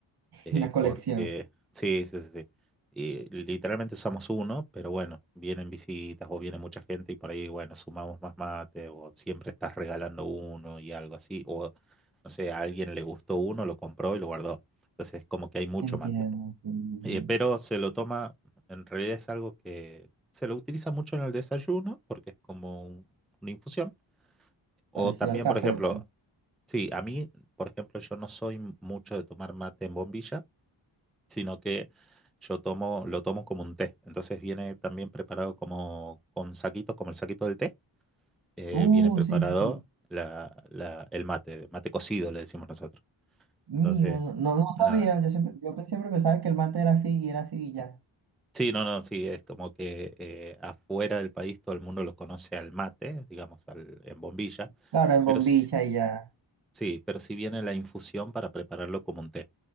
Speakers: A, in the centre; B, on the right.
A: eh,
B: una colección.
A: porque sí, sí, sí, sí. Y literalmente usamos uno, pero bueno, vienen visitas o viene mucha gente y por ahí, bueno, sumamos más mate o siempre estás regalando uno y algo así, o no sé, a alguien le gustó uno, lo compró y lo guardó. Entonces, como que hay mucho
B: Entiendo,
A: mate.
B: sí, sí.
A: Eh,
B: sí.
A: pero se lo toma, en realidad es algo que se lo utiliza mucho en el desayuno porque es como un- una infusión. O
B: Parecido
A: también,
B: al café.
A: por ejemplo,
B: pues.
A: sí, a mí, por ejemplo, yo no soy mucho de tomar mate en bombilla sino que yo tomo, lo tomo como un té. Entonces viene también preparado como con saquitos, como el saquito del té, eh,
B: Uh,
A: viene preparado
B: sí, sí. sí.
A: la, la- el mate, mate cocido le decimos nosotros.
B: Mira,
A: Entonces,
B: no, no no
A: nada.
B: sabía. Yo siempre, yo siempre pensaba que el mate era así y era así y ya.
A: Sí, no, no, sí, es como que eh, afuera del país todo el mundo lo conoce al mate, digamos, al, en bombilla,
B: Claro, en
A: pero
B: bombilla
A: sí,
B: y ya.
A: sí, pero sí viene la infusión para prepararlo como un té,